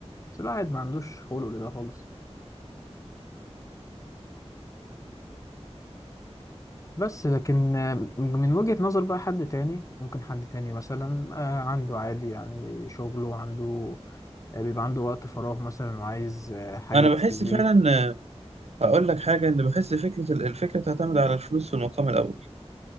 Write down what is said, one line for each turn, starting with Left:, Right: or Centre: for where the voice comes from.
Left: بس الواحد ما عندوش خلق لده خالص بس لكن آه، من وجهة نظر بقى حد تاني ممكن حد تاني مثلا آه عنده عادي يعني شغله عنده آه، بيبقى عنده وقت فراغ مثلا وعايز آه، حاجة
Right: انا
Left: تسليه
Right: بحس فعلا آه، هقول لك حاجه ان بحس فكره ال- الفكره تعتمد على الفلوس في المقام الاول